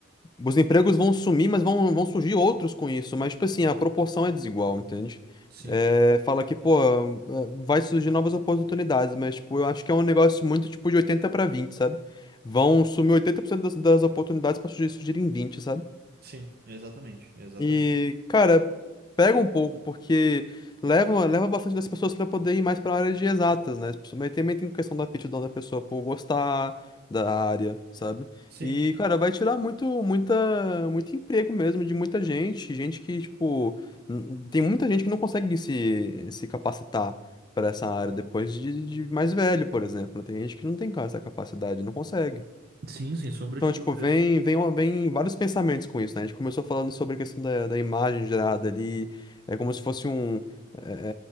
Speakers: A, on the left (about 20°); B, on the right (about 50°).
A: os empregos vão sumir, mas vão, vão surgir outros com isso. Mas, tipo assim, a proporção é desigual, entende?
B: Sim,
A: É, fala que, pô, é, vai surgir novas oportunidades, mas, tipo, eu acho que é um negócio muito, tipo, de 80 para vinte sabe? Vão sumir 80% das, das oportunidades para surgir surgirem vinte sabe?
B: sim, exatamente, exatamente.
A: E, cara, pega um pouco, porque leva, leva bastante das pessoas para poder ir mais para a área de exatas, né? Mas também tem questão da aptidão da pessoa por gostar da área, sabe?
B: Sim,
A: E, cara, vai tirar muito, muita, muito emprego mesmo de muita gente, gente que, tipo, n- tem muita gente que não consegue se, se capacitar para essa área depois de, de mais velho, por exemplo. né? Tem gente que não tem essa capacidade, não consegue.
B: sim, sem sombra
A: Então,
B: de dúvidas.
A: tipo, vem, vem, uma- vem vários pensamentos com isso, né? A gente começou falando sobre a questão da, da imagem gerada ali, é como se fosse um, é,